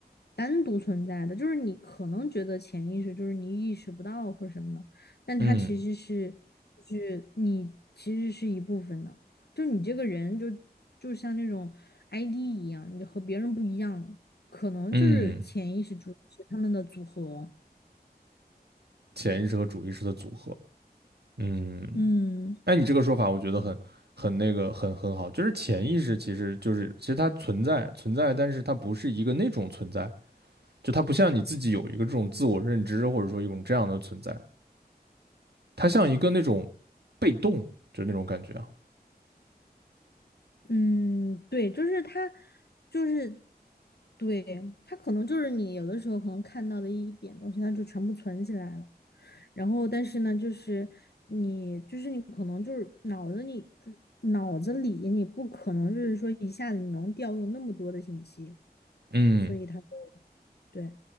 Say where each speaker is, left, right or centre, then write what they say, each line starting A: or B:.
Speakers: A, on the left; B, on the right.
A: 单独存在的，就是你可能觉得潜意识就是你意识不到或者什么的，但它其实是，
B: 嗯
A: 是你其实是一部分的。就你这个人就就像那种 ID 一样，你和别人不一样，可能就是潜意识主是他们的组合。
B: 嗯潜意识和主意识的组合。嗯
A: 嗯
B: 哎，你这个说法我觉得很很那个很很好，就是潜意识其实就是其实它存在存在，但是它不是一个那种存在，就它不像你自己有一个这种自我认知或者说一种这样的存在，它像一个那种被动，就那种感觉啊。
A: 嗯，对，就是他，就是对他可能就是你有的时候可能看到的一点东西，他就全部存起来了。然后，但是呢，就是你，就是你可能就是脑子里，脑子里你不可能就是说一下子你能调用那么多的信息，
B: 嗯，
A: 所以他就对